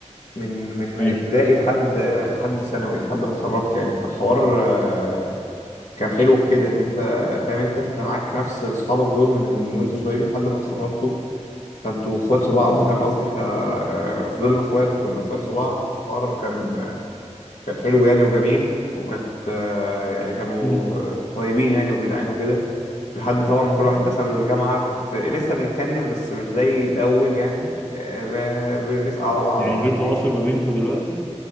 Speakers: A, on the left; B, on the left.
A: من من من
B: ايوه
A: ابتدائي لحد لحد ثانوي لحد ما اتخرجت يعني فالحوار آه، كان حلو في كده إن أنت فاهم أنت أنت معاك نفس أصحابك دول من وأنتوا صغيرين لحد ما اتخرجتوا فأنتوا إخوات في بعض
B: مم.
A: فاهم قصدي ففضلنا إخوات وكنا إخوات في بعض الحوار كان كان حلو يعني وجميل وكانت آه، يعني كانوا
B: مم.
A: آه، طيبين يعني وجدعان وكده لحد طبعا ما كل واحد دخل الجامعة ت- لسه بنتكلم بس مش زي الأول يعني آه، ب- بنسأل على بعض
B: يعني
A: مش
B: في
A: عارف
B: تواصل
A: ايه
B: ما بينكم دلوقتي